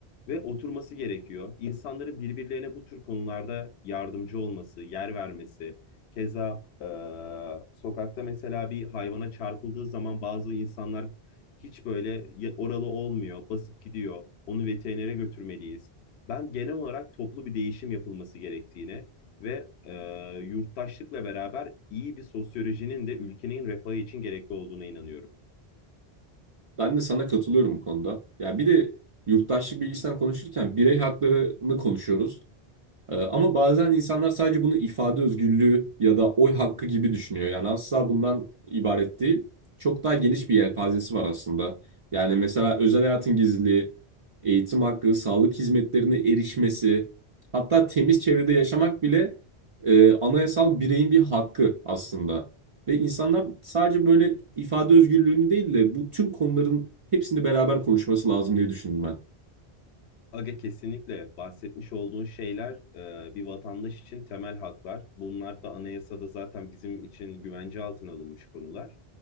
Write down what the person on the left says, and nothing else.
ve oturması gerekiyor. İnsanların birbirlerine bu tür konularda yardımcı olması, yer vermesi, keza e, sokakta mesela bir hayvana çarpıldığı zaman bazı insanlar hiç böyle ya- oralı olmuyor, basıp gidiyor. Onu veterinere götürmeliyiz. Ben genel olarak toplu bir değişim yapılması gerektiğine ve e, yurttaşlıkla beraber iyi bir sosyolojinin de ülkenin refahı için gerekli olduğuna inanıyorum.
Aga kesinlikle bahsetmiş olduğun şeyler e, bir vatandaş için temel haklar. Bunlar da anayasada zaten bizim için güvence altına alınmış konular.